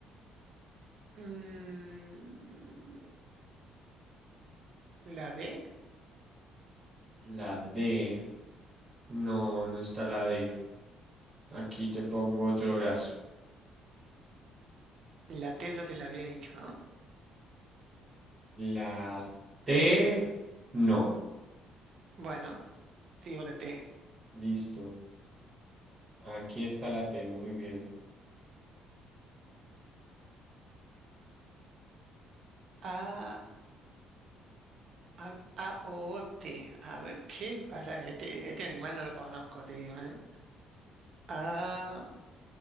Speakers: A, on the right; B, on the right.
A: mm, la D,
B: la D. No, no está la D. Aquí te pongo otro brazo.
A: la T ya te la había dicho, ¿no?
B: La T. No.
A: Bueno, te digo la T.
B: Listo. Aquí está la T. Muy bien.
A: A, A, A, O, O, T. A ver, che, para, este, este animal no lo conozco, te digo, ¿eh? A,